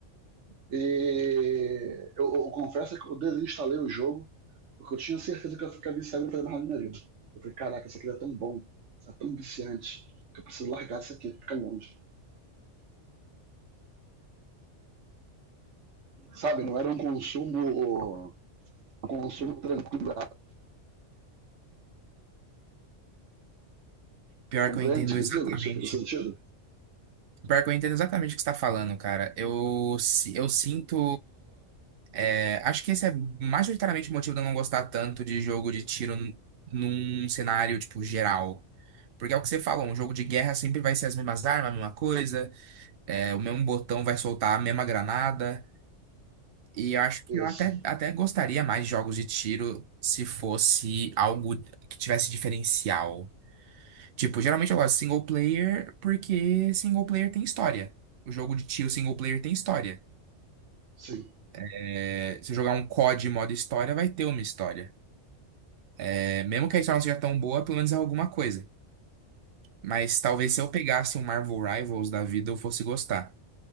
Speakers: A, on the right; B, on the right.
A: E eu, eu confesso que eu desinstalei o jogo, porque eu tinha certeza que eu ia ficar viciado e não fazer mais nada na minha vida. Eu falei, caraca, isso aqui é tão bom, é tão viciante, que eu preciso largar isso aqui, ficar longe. Sabe, não era um consumo um consumo tranquilo.
B: pior
A: Compreende
B: que eu entendo
A: o que
B: exatamente.
A: digo? Tipo, no sentido?
B: Pior que eu entendo exatamente o que você está falando, cara. Eu, si- eu sinto. é, acho que esse é majoritariamente o motivo de eu não gostar tanto de jogo de tiro num num cenário, tipo, geral. Porque é o que você falou, um jogo de guerra sempre vai ser as mesmas armas, a mesma coisa, é, o mesmo botão vai soltar a mesma granada. E eu acho que
A: Isso,
B: eu até, até gostaria mais de jogos de tiro se fosse algo que tivesse diferencial. Tipo, geralmente eu gosto de single player porque single player tem história. O jogo de tiro single player tem história.
A: sim.
B: É, se eu jogar um COD modo história, vai ter uma história. É, mesmo que a história não seja tão boa, pelo menos é alguma coisa. Mas talvez se eu pegasse um Marvel Rivals da vida, eu fosse gostar.